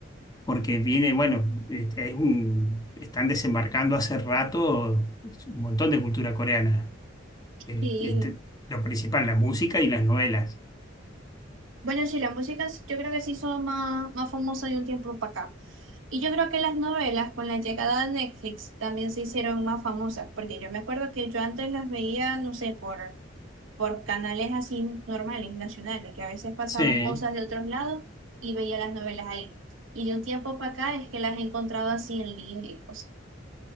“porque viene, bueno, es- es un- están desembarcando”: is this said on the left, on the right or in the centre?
Left